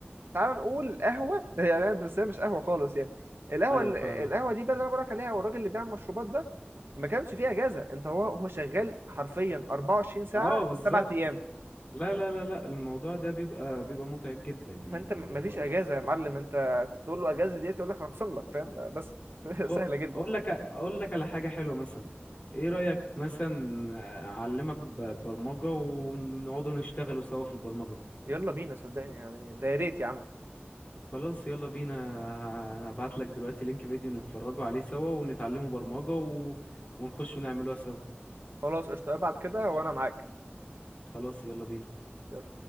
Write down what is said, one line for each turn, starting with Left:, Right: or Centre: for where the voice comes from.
Right: تعال نقول قهوه <laughs> يعني بس هي مش قهوه خالص يعني القهوه
Left: ايوه
Right: ال-
Left: فاهمك
Right: القهوه دي بقى اللي انا بقولك عليها او الراجل اللي بيعمل المشروبات ده ما كانش فيه اجازه انت هو هو شغال حرفيا 24
Left: اه
Right: ساعه
Left: بالظبط
Right: سبع ايام
Left: لا لا لا لا الموضوع ده بيبقى بيبقى متعب جدا يعني
Right: فانت م-
Left: اللي هو
Right: مفيش
Left: لا
Right: اجازه يا معلم انت تقول له اجازه ديت يقول لك هخصم لك فاهم بس <laughs>
Left: هو-
Right: سهله جدا
Left: اقول لك اقول لك على حاجه حلوه مثلا ايه رايك مثلا آه، اعلمك ب- برمجه ونقعدوا نشتغلوا سوا في البرمجه
Right: يلا بينا صدقني يعني ده يا ريت يا عم
Left: خلاص يلا بينا انا هبعت لك دلوقتي لينك فيديو نتفرجوا عليه سوا ونتعلموا برمجة و... ونخش ونعملوها سوا
Right: خلاص قشطة ابعت كده
Left: ماشي.
Right: وانا معاك
Left: خلاص يلا بينا
Right: يلا